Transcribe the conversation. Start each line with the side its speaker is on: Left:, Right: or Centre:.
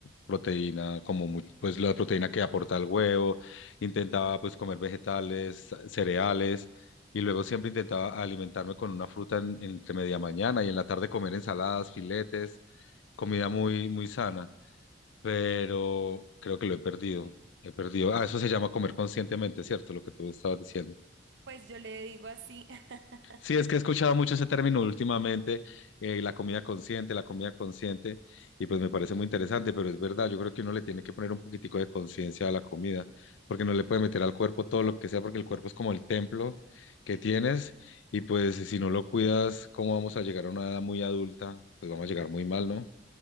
Left: proteína, como mu- pues la proteína que aporta el huevo. Intentaba pues comer vegetales, cereales y luego siempre intentaba alimentarme con una fruta en- entre media mañana y en la tarde comer ensaladas, filetes, comida muy muy sana pero creo que lo he perdido. He perdido. Ah, eso se llama comer conscientemente, ¿cierto? Lo que tú estabas diciendo.
Right: Pues yo le digo así. <laughs>
Left: Sí, es que he escuchado mucho ese término últimamente, eh, la comida consciente, la comida consciente, y pues me parece muy interesante, pero es verdad, yo creo que uno le tiene que poner un poquitico de conciencia a la comida, porque no le puede meter al cuerpo todo lo que sea, porque el cuerpo es como el templo que tienes, y pues si no lo cuidas, ¿cómo vamos a llegar a una edad muy adulta? Pues vamos a llegar muy mal, ¿no?